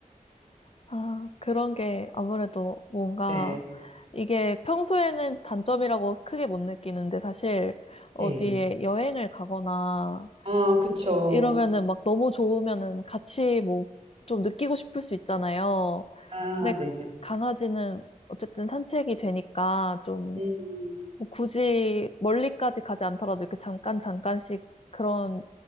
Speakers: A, on the left; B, on the right.
A: 아, 그런 게 아무래도 뭔가
B: 네,
A: 이게 평소에는 단점이라고 크게 못 느끼는데 사실 어디에
B: 네.
A: 여행을 가거나
B: 아, 그쵸.
A: 이- 이러면은 막 너무 좋으면은 같이 뭐 좀 느끼고 싶을 수 있잖아요.
B: 아,
A: 근데 그-
B: 네, 네.
A: 강아지는 어쨌든 산책이 되니까 좀뭐
B: 음,
A: 굳이 멀리까지 가지 않더라도 이렇게 잠깐 잠깐씩 그런